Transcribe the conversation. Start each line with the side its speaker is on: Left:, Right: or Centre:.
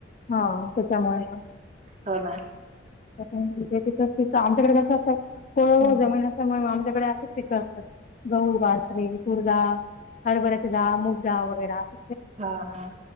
Left: हा त्याच्यामुळे
Right: हो ना
Left: म्हणजे तिथं तिथं आमच्याकडे कसं असतं कोरडवा
Right: हं,
Left: जमीन असत त्याच्यामुळे आमच्याकडे असशीच पिकं असतात गहु, बाजरी जा हरभऱ्याची डाळ, मुग डाळ वगैरे अस
Right: हा हा.